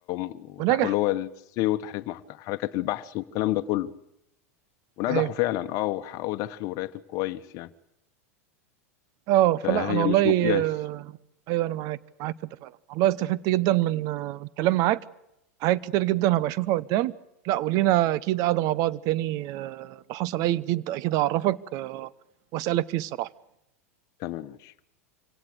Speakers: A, on the left; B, on the right.
A: وتع-
B: ونجح
A: واللي هو السيو تحريك محك- حركة البحث والكلام ده كله ونجحوا
B: ايوه
A: فعلا اه وحققوا دخل وراتب كويس يعني
B: اه فلا
A: فهي
B: انا والله
A: مش مقياس
B: آه ايوه انا معاك معاك في ده فعلا والله استفدت جدا من آه من الكلام معاك حاجات كتير جدا هبقى اشوفها قدام لا ولينا اكيد قاعده مع بعض تاني آه، لو حصل اي جديد اكيد هعرفك آه واسالك فيه الصراحه
A: تمام ماشي